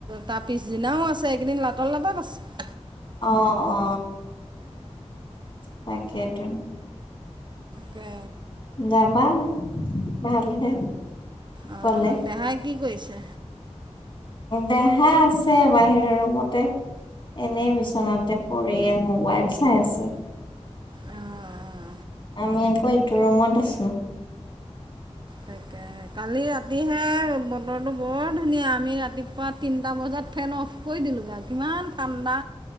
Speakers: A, on the right; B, on the left.
A: তাৰ পিছদিনাও আছে এইকদি লাটৰ লাটত আছে।
B: অ অ তাকেইতো।
A: তাকে
B: যাবা ভালহে
A: অঁ
B: গলে,
A: দেহাই কি কৰিছে।
B: দেহা আছে বাহিৰৰ ৰুমতে। এনেই বিচনাতে পৰিয়ে মোবাইল চাই আছে।
A: অ অ,
B: আমি আকৌ এইটো ৰুমত আছোঁ।
A: তাকে। কালি ৰাতিহে বতৰটো বৰ ধুনীয়া আমি ৰাতিপুৱা তিনিটা বজাত ফেন অফ কৈ দিলোঁ গা কিমান ঠাণ্ডা